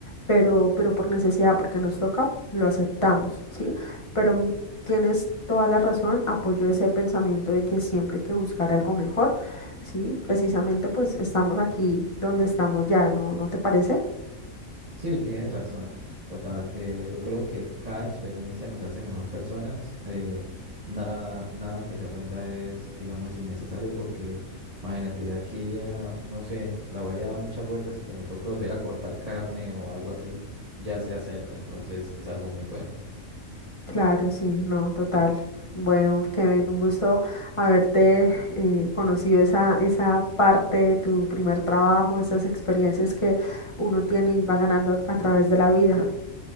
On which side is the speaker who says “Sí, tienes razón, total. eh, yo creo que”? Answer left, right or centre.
Right